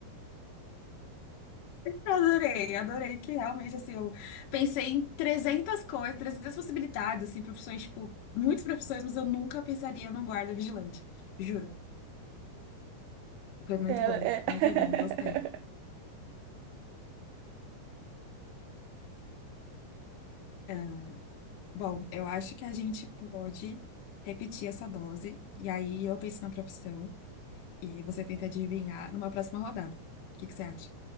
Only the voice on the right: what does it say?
Ela
é. <laughs>